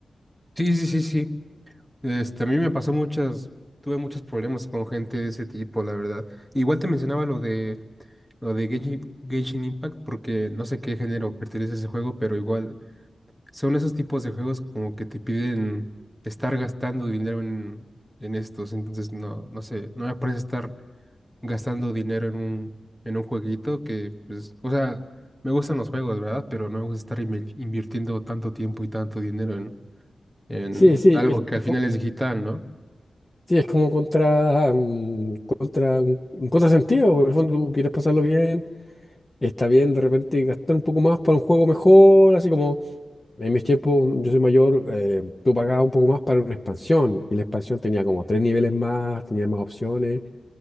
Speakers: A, in the centre; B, on the left (about 20°).
A: Sí, sí, sí, sí. Este, a mí me pasó muchas, tuve muchos problemas con gente de ese tipo, la verdad. Igual te mencionaba lo de, lo de Genshin, Genshin Impact, porque no sé qué género pertenece ese juego, pero igual son esos tipos de juegos como que te piden estar gastando dinero en, en estos, entonces no, no sé, no me parece estar gastando dinero en un, en un jueguito que, pues, o sea, me gustan los juegos, ¿verdad? Pero no me gusta estar invi- invirtiendo tanto tiempo y tanto dinero en, en
B: Sí, sí,
A: algo
B: es,
A: que
B: es
A: al final
B: co-
A: es digital, ¿no?
B: sí, es como contra, mm, contra un un contrasentido. porque En el fondo tú quieres pasarlo bien Está bien de repente gastar un poco más para un juego mejor, así como en mis tiempos yo soy mayor, eh, tú pagabas un poco más para una expansión y la expansión tenía como tres niveles más, tenía más opciones,